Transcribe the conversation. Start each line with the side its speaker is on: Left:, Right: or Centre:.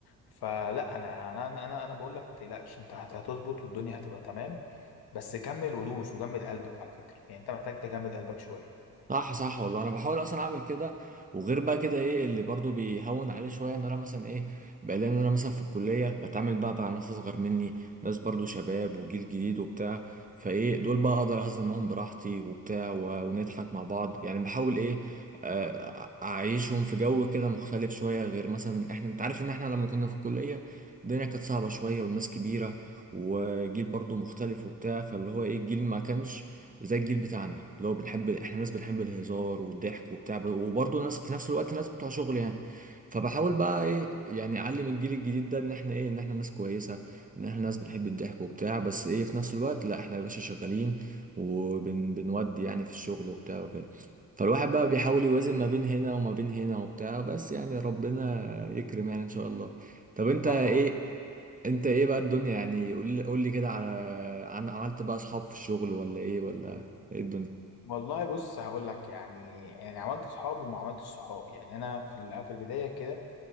Left: فلا انا انا انا انا أنا بقول لك ما تقلقش انت هت- هتظبط والدنيا هتبقى تمام بس كمل ودوس وجمد قلبك على فكرة يعني انت محتاج تجمد قلبك شوية
Right: صح صح والله انا بحاول اصلا اعمل كده وغير بقى كده ايه اللي برضو بيهون عليه شويه ان انا مثلا ايه بقى لان انا مثلا في الكليه بتعامل بقى مع ناس اصغر مني ناس برضو شباب وجيل جديد وبتاع فايه دول بقى اقدر اهزر معاهم براحتي وبتاع و... ونضحك مع بعض يعني بحاول ايه آه، اعيشهم في جو كده مختلف شويه غير مثلا احنا انت عارف ان احنا لما كنا في الكليه الدنيا كانت صعبه شويه والناس كبيره وجيل برضو مختلف وبتاع فاللي هو ايه الجيل ما كانش زي الجيل بتاعنا اللي هو بنحب احنا ناس بنحب الهزار والضحك وبتاع وبرضه ناس في نفس الوقت ناس بتوع شغل يعني فبحاول بقى ايه يعني اعلم الجيل الجديد ده ان احنا ايه ان احنا ناس كويسه ان احنا ناس بنحب الضحك وبتاع بس ايه في نفس الوقت لا احنا يا باشا شغالين وبنودي يعني في الشغل وبتاع وكده فالواحد بقى بيحاول يوازن ما بين هنا وما بين هنا وبتاع بس يعني ربنا يكرم يعني ان شاء الله طب انت
Left: صح
Right: ايه انت ايه بقى الدنيا يعني قول لي قول لي كده على عن عملت بقى اصحاب في الشغل ولا ايه ولا ايه الدنيا
Left: والله بص هقول لك يعني يعني عملت صحاب وما عملتش صحاب يعني انا في ال- في البدايه كده